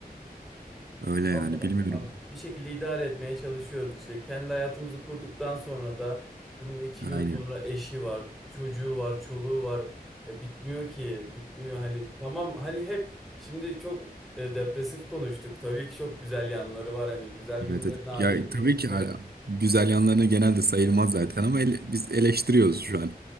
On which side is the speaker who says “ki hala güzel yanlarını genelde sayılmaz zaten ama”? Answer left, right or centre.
Right